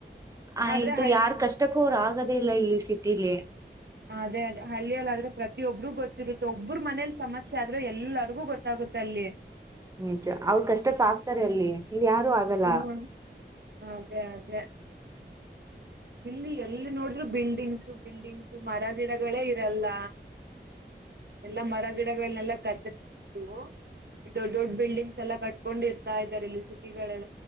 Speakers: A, on the right (about 20°); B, on the right (about 65°).
A: ಆಯ್ತು
B: ಆದ್ರೆ ಹಳ್ಳಿ
A: ಯಾರ್ ಕಷ್ಟ ಬೋರ್ ಆಗದೇ ಇಲ್ಲ ಇಲ್ಲಿ ಸಿಟಿಲಿ
B: ಅದೇ ಅದೇ ಹಳ್ಳಿಯಲ್ಲಾದ್ರೆ ಪ್ರ ಒಬ್ಬರಿಗೂ ಗೊತ್ತಿರುತ್ತೆ ಒಬ್ಬ್ರ ಮನೇಲಿ ಸಮಸ್ಯೆ ಆದ್ರರು ಎಲ್ಲರಿಗೂ ಗೊತ್ತಾಗುತ್ತೆ ಅಲ್ಲಿ
A: ನಿಜ ಅವ್ರ ಕಷ್ಟಕ್ಕ ಆಗ್ತಾರೆ ಅಲ್ಲಿ ಇಲ್ಲಿ ಯಾರು ಆಗಲ್ಲ
B: ಹ್ಮ ಅದೇ -ಅದೇ ಇಲ್ಲಿ ಎಲ್ಲಿ ನೋಡ್ರು ಬಿಲ್ಡಿಂಗ್ಸು -ಬಿಲ್ಡಿಂಗ್ಸು ಮರ ಗಿಡಗಳೇ ಇರಲ್ಲ ಎಲ್ಲಾ ಮರ ಗಿಡಗಳನೆೆಲ್ಲ ಕತ್ತರ್ಬಿಟ್ಟು ದೊಡ್ ದೊಡ್ಡ ಬಿಲ್ಡಿಂಗ್ಸ್ ಎಲ್ಲ ಕಟ್ಕೊಂಡ್ ಇರ್ತಾ ಇದಾರೆ ಇಲ್ಲಿ ಸಿಟಿಗಳಲ್ಲಿ